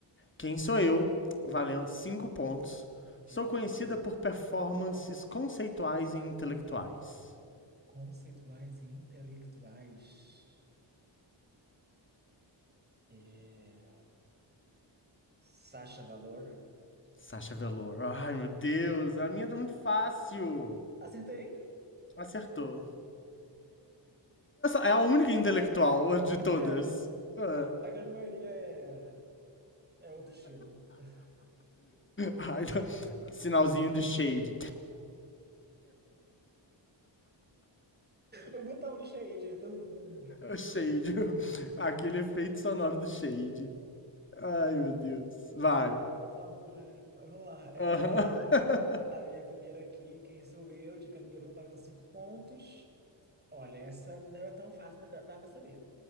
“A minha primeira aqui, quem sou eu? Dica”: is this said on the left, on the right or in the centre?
Right